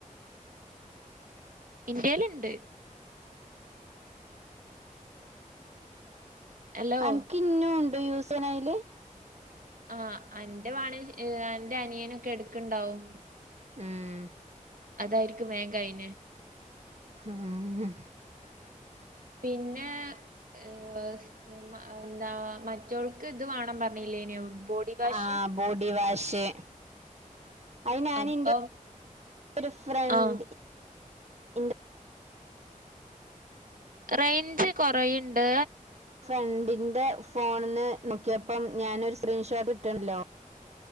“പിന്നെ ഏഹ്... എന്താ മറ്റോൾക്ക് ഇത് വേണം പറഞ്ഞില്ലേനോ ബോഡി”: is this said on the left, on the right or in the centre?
Right